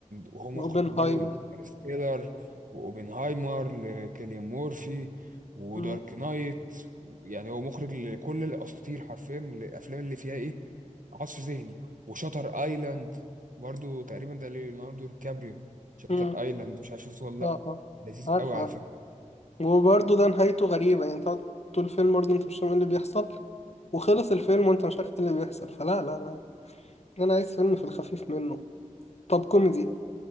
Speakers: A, on the right; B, on the left.
A: وهو مخرج
B: اوبنهايمر
A: برضو انترستيلر واوبنهايمر لكيليان مورفي ودارك
B: امم
A: نايت يعني هو مخرج لكل الاساطير حرفيا الافلام اللي فيها ايه عصف ذهني وشاتر ايلاند برضو تقريبا ده ليوناردو ديكابريو شاتر
B: امم
A: ايلاند مش عارف شفته ولا لا
B: اه اه
A: لذيذ
B: عارف
A: قوي على فكره
B: وبرضه ده نهايته غريبة يعني تقعد طول الفيلم برضه انت مش فاهم ايه اللي بيحصل وخلص الفيلم وانت مش عارف ايه اللي بيحصل فلا لا لا انا عايز فيلم في الخفيف منه طب كوميدي